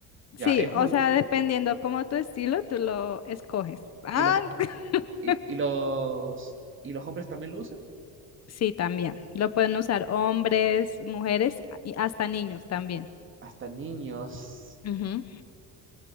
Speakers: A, on the right; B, on the left.
A: Ya,
B: Sí,
A: es
B: o
A: un...
B: sea, dependiendo como tu estilo, tú lo escoges. Ah,
A: Y los,
B: <laughs>
A: y, y los, y los hombres también lo usan.
B: Sí, también. Lo pueden usar hombres, mujeres y hasta niños también.
A: Hasta niños.
B: Ujú.